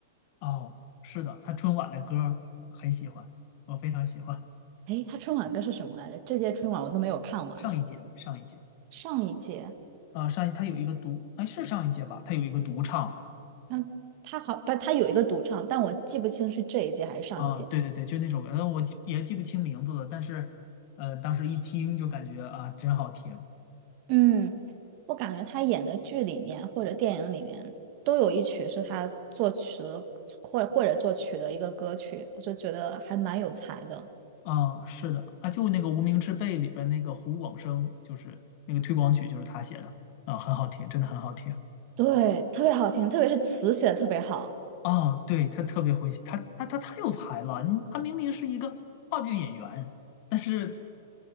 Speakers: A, on the left (about 45°); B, on the right (about 40°).
A: 哦，是的，他春晚的歌儿很喜欢，我非常喜欢
B: 诶，她春晚歌是什么来着？这届春晚我都没有看完，
A: 上一届上一届。
B: 上一届，
A: 啊，上一他有一个独，哎，是上一届吧？他有一个独唱，
B: 那她好，但她有一个独唱，但我记不清是这一届还是上一届。
A: 啊，对对对，就那首歌，呃，我记也记不清名字了，但是呃，当时一听就感觉啊，真好听
B: 嗯，我感觉她演的剧里面或者电影里面都有一曲是她作词或或者作曲的一个歌曲，我就觉得还蛮有才的。
A: 啊，是的啊，就那个《无名之辈》里边那个胡广生，就是那个推广曲，就是他写的啊，很好听，真的很好听
B: 对，特别好听，特别是词写的特别好。
A: 啊，对，他特别会，他他他太有才了，你他明明是一个话剧演员，但是